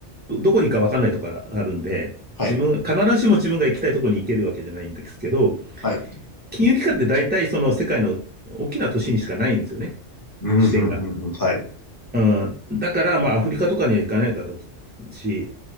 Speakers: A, on the right; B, on the left.
A: ど、どこに行くか分かんないところがあるんで、
B: はい、
A: 自分、必ずしも自分が行きたいところに行けるわけじゃないんですけど、
B: はい。
A: 金融機関って大体その世界の大きな都市にしかないんですよね、
B: うん、
A: 支店が。
B: うん、うん、うんはい。
A: うん、だから、まあ、アフリカとかには行かないだろうし、